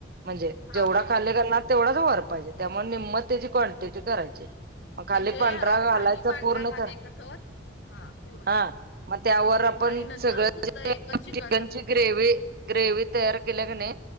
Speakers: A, on the right; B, on the left.
A: म्हणजे
B: हा
A: जेवढा
B: हा
A: खाल्ले
B: हा
A: करणार तेवढाच रे त्यामुळे निमत त्याची क्वांटिटी करायची मग खाली
B: म्हणजे
A: पंढरा
B: अ, खाली
A: घालायच
B: पांढरा
A: पूर्ण
B: भात
A: तर
B: एक थर हा पूर्ण
A: हा मग त्यावर आपण
B: आणि नंतर
A: सगळ
B: फक्त एकच चिकनचा
A: चिकनची
B: थर
A: ग्रेव ग्रेवी तयार केल्या क नाही